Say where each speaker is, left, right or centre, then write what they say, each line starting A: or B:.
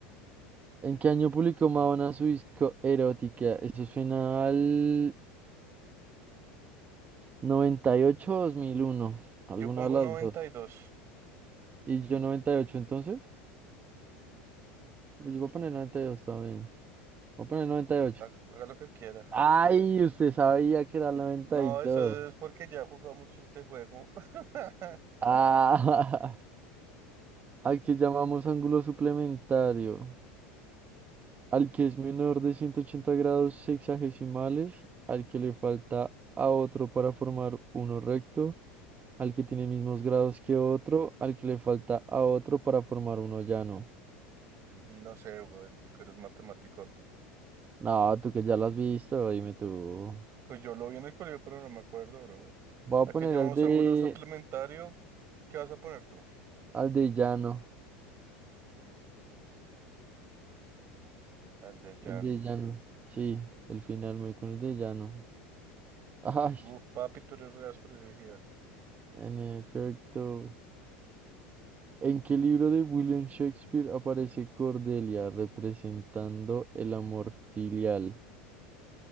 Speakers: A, on the right; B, on the right.
A: ¿En qué año publicó Madonna su disco Erótica? Eso suena al 98 o dos mil uno, ¿Alguna
B: Yo pongo
A: de las
B: 92.
A: dos? ¿Y yo 98 entonces? Pues yo voy a poner 92 también. Voy a poner noventa y ocho
B: Ha- Haga lo que quiera.
A: ¡Ay! Usted sabía que era el noventa
B: No,
A: y dos
B: eso es porque ya he jugado mucho este juego. <laughs>
A: ¡Ah! <laughs> Al que llamamos ángulo suplementario. Al que es menor de 180 grados sexagesimales. Al que le falta a otro para formar uno recto. Al que tiene mismos grados que otro. Al que le falta a otro para formar uno llano.
B: No sé, güey, tú que eres matemático.
A: No, tú que ya lo has visto, dime tú.
B: Pues yo lo vi en el colegio, pero no me acuerdo, bro.
A: Voy a
B: ¿A
A: poner
B: qué llamamos
A: al de,
B: ángulo suplementario? ¿Qué vas a poner tú?
A: al de llano.
B: Al de Jan.
A: El de llano. Sí, el final muy con el de llano. <laughs> Ay,
B: Uf, papi, tú eres re áspero, yo dije,
A: en efecto. ¿En qué libro de William Shakespeare aparece Cordelia representando el amor filial?